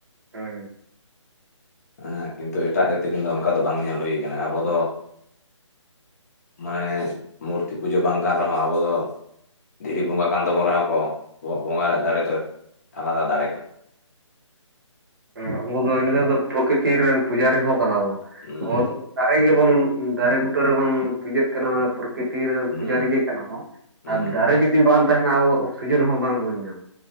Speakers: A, on the right; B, on the left.
A: ᱦᱳᱭ
B: ᱦᱮᱸ ᱠᱤᱱᱛᱩ ᱮᱴᱟᱜ ᱡᱟᱹᱛᱤ ᱠᱤᱱ ᱫᱚ ᱚᱱᱠᱟ ᱫᱚ ᱵᱟᱝ ᱧᱮᱞ ᱦᱩᱭ ᱠᱟᱱᱟ ᱟᱵᱚ ᱫᱚ ᱢᱟᱱᱮ ᱢᱩᱨᱛᱤ ᱯᱩᱡᱟᱹ ᱵᱟᱝ ᱠᱟᱱ ᱨᱮᱦᱚᱸ ᱟᱵᱚ ᱫᱚ ᱫᱷᱤᱨᱤ
A: ᱦᱩᱸ
B: ᱵᱚᱸᱜᱟ ᱠᱟᱱ ᱛᱟᱵᱚᱱ ᱨᱮᱦᱚᱸ ᱠᱚ ᱟᱵᱚᱣᱟᱜ ᱵᱚᱸᱜᱟ ᱨᱮᱭᱟᱜ ᱫᱟᱲᱮ ᱫᱚ ᱟᱞᱟᱫᱟ ᱫᱟᱲᱮ ᱠᱟᱱᱟ
A: ᱦᱮᱸ ᱟᱵᱚ ᱫᱚ ᱱᱤᱛᱚᱜ ᱫᱚ ᱯᱨᱚᱠᱤᱛᱤᱨ ᱨᱮᱱ ᱯᱩᱡᱟᱨᱤ ᱦᱚᱸ ᱠᱟᱱᱟ ᱵᱚᱱ
B: ᱦᱩᱸ
A: ᱟᱵᱚ ᱫᱚ ᱫᱟᱨᱮ ᱜᱮᱵᱚᱱ ᱫᱟᱨᱮ ᱵᱩᱴᱟᱹ ᱨᱮᱵᱚᱱ ᱯᱩᱡᱟᱹᱜ ᱠᱟᱱᱟ ᱢᱟᱱᱮ ᱯᱨᱚᱠᱤᱛᱤ ᱨᱮ
B: ᱦᱩᱸ
A: ᱯᱩᱡᱟ ᱨᱮᱜᱮ ᱵᱚᱱ
B: ᱦᱩᱸ
A: ᱟᱨ ᱫᱟᱨᱮ ᱡᱩᱫᱤ ᱵᱟᱝ ᱛᱟᱦᱮᱱᱟ ᱟᱵᱚᱣᱟᱜ ᱚᱠᱥᱤᱡᱮᱱ ᱦᱚᱸ ᱵᱟᱝ ᱵᱚᱱ ᱧᱟᱢᱟ